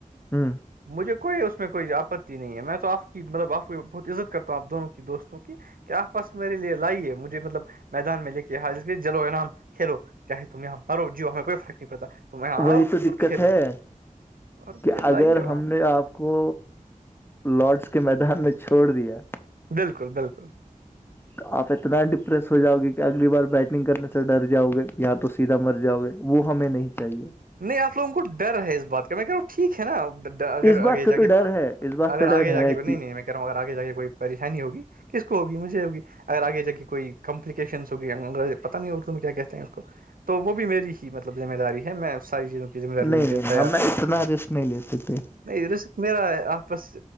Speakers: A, on the left; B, on the right.
A: ہوں
B: مجھے کوئی اس میں کوئی آپتی نہیں ہے میں تو آپ کی مطلب آپ کو بہت عزت کرتا ہوںپ دونوں کی دوست کی کیا آپ پاس میرے لیے لائیے مجھے مطلب میدان میں لے کے یہاں جلو انام کھیلو چاہے تم یہاں مارو جیو ہمیں کوئی فرق نہیں پڑتا تم یہاں
A: وہی
B: آؤ
A: تو دقت
B: اور کھیلو
A: ہے
B: اور مجھے
A: کہ
B: لائیے
A: اگر
B: وہاں
A: ہم نے آپ کو لارڈس کے میدان میں چھوڑ دیا
B: بالکل بالکل
A: تو آپ اتنا ڈپریس ہو جاؤ گے کہ اگلی بار بیٹنگ کرنے سے ڈر جاؤ گے یا تو سیدھا مر جاؤ گے وہ ہمیں نہیں چاہیے
B: نہیں آپ لوگوں کو ڈر ہے اس بات کا میں کر ٹھیک ہے نا اگر
A: اس
B: آگے
A: بات کا
B: جا
A: تو
B: کے
A: ڈر ہے اس بات
B: اگر
A: کا
B: آگے
A: ڈر
B: جا
A: ہے
B: کے نہیں
A: کہ
B: نہیں میں ہوں اگر آے جا کے کوئی پریشانی ہوگی کس کو ہوگی مجھے ہوگی اگر آگے جا کے کوئی کمپلیکیشنس ہو گیا پتہ نہیں اردو میں کیا کہتے ہیں اس کو تو وہ بھی میری ہی مطلب ذمہ داری ہے میں ساری چیزوں کی ذمہ داری لینے
A: نہیں
B: کے
A: نہیں
B: تیار
A: ہم نے
B: ہوں
A: اتنا رسک نہیں لیتے تھے
B: نہیں میرا آپس